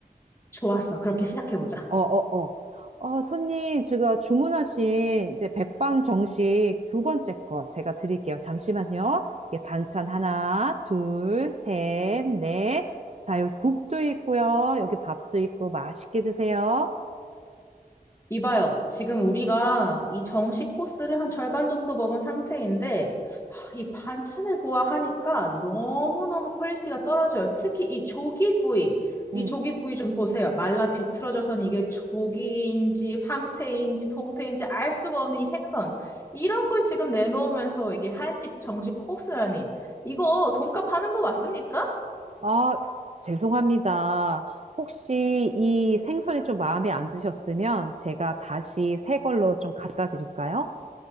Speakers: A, on the left; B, on the right.
A: 좋았어. 그렇게 시작해보자.
B: 어, 어, 어. 어, 손님, 제가 주문하신 이제 백반 정식 두 번째 거 제가 드릴게요. 잠시만요. 이게 반찬 하나, 둘, 셋, 넷. 자, 여기 국도 있고요. 여기 밥도 있고 맛있게 드세요.
A: 이봐요. 지금 우리가 이 정식 코스를 한 절반 정도 먹은 상태인데, 하, 이 반찬을 보아하니까 너무너무 퀄리티가 떨어져요. 특히 이 조기구이.
B: 음.
A: 이 조기구이 좀 보세요. 말라 비틀어져선 이게 조기인지 황태인지 동태인지 알 수가 없는 이 생선. 이런 걸 지금 내놓으면서 이게 한식 정식 코스라니. 이거 돈값 하는 거 맞습니까?
B: 아, 죄송합니다. 혹시 이 생선이 좀 마음에 안 드셨으면 제가 다시 새 걸로 좀 갖다 드릴까요?